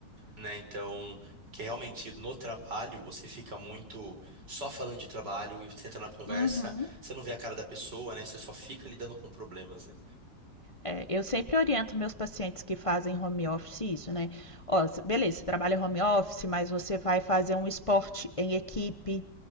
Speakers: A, on the right; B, on the left.
A: né? Então, porque realmente no trabalho você fica muito só falando de trabalho e você entra na conversa,
B: Uhum.
A: você não vê a cara da pessoa, né? Você só fica lidando com problemas, né?
B: É, eu sempre oriento meus pacientes que fazem home office isso, né? Ó, cê- beleza, você trabalha home office, mas você vai fazer um esporte em equipe,